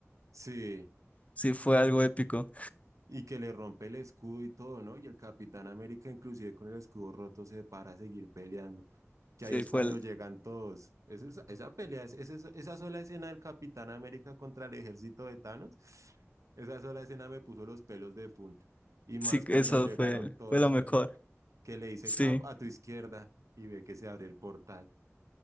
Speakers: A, on the right; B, on the left.
A: Sí,
B: sí fue algo épico.
A: y que le rompe el escudo y todo, ¿no? Y el Capitán América, inclusive con el escudo roto, se para a seguir peleando. Que
B: Sí,
A: ahí es
B: fue
A: cuando
B: el-
A: llegan todos. Es esa, esa pelea, es, es eso- esa sola escena del Capitán América contra el ejército de Thanos, esa sola escena me puso los pelos de punta. Y
B: sí,
A: más cuando
B: eso
A: llegaron
B: fue,
A: todos,
B: fue lo mejor.
A: que le, que le dice
B: Sí.
A: Cap a tu izquierda y ve que se abre el portal.